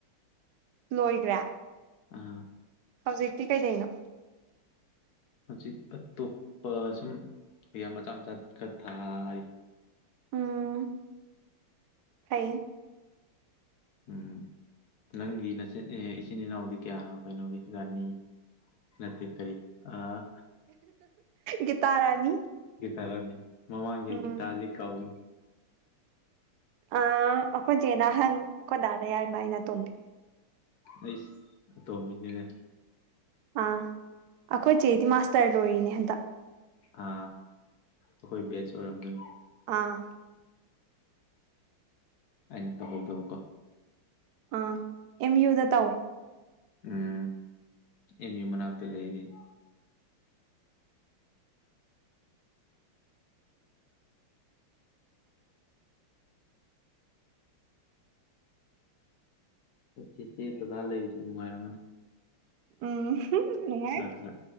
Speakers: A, on the right; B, on the left.
A: ꯂꯣꯏꯒ꯭ꯔꯦ
B: ꯑꯥ
A: ꯍꯧꯖꯤꯛꯇꯤ ꯀꯩꯗꯩꯅꯣ
B: ꯍꯨꯖꯤꯛ ꯑꯇꯣꯞꯄ ꯁꯨꯝ ꯑꯦꯌꯥꯝ ꯃꯆꯥ ꯃꯆꯥ ꯈꯔ ꯊꯥꯔꯤ
A: ꯎꯝ ꯐꯩ
B: ꯎꯝ ꯅꯪꯒꯤ ꯅꯆꯦꯠ ꯑꯦ ꯇꯏꯆꯤꯟ ꯏꯅꯥꯎꯗꯤ ꯀꯌꯥꯅꯣ ꯀꯩꯅꯣꯒꯤ ꯔꯥꯅꯤ ꯅꯠꯇꯦ ꯀꯔꯤ ꯑꯥ
A: ꯒꯤꯇꯥꯔꯥꯅꯤ
B: ꯒꯤꯇꯥꯔꯥꯅꯤ ꯃꯃꯥꯡꯒꯤ
A: ꯎꯝ
B: ꯒꯤꯇꯥꯗꯤ ꯀꯥꯎꯅꯤ
A: ꯑ ꯑꯩꯈꯣꯏ ꯖꯦꯅ ꯑꯍꯟ ꯑꯩꯈꯣꯏ ꯗꯥꯗ ꯌꯥꯏꯃ ꯑꯩꯅ ꯑꯇꯣꯝꯕꯤ
B: ꯑꯩꯁ ꯑꯇꯣꯝꯕꯤꯅꯤꯅꯦ
A: ꯑꯥ ꯑꯩꯈꯣꯏ ꯆꯦꯗꯤ ꯃꯥꯁꯇꯔ ꯂꯣꯏꯔꯤꯅꯦ ꯍꯟꯗꯛ
B: ꯑ ꯑꯈꯣꯏ ꯕꯦꯖ ꯑꯣꯏꯔꯝꯒꯅꯤ
A: ꯑꯥ
B: ꯑꯩꯅ ꯇꯧꯍꯧꯗꯕꯥꯀꯣ
A: ꯑꯥ ꯑꯦꯝ ꯌꯨꯗ ꯇꯧꯋꯦ
B: ꯎꯝ ꯑꯦꯝ ꯌꯨ ꯃꯅꯥꯛꯇ ꯂꯩ ꯑꯩ ꯆꯦꯆꯦ ꯗꯥꯗꯥ ꯂꯩꯕꯁꯨ ꯅꯨꯡꯉꯥꯏꯔꯝꯃꯅꯤ
A: ꯎꯝ ꯅꯨꯡꯉꯥꯏ
B: ꯈꯔ-ꯈꯔ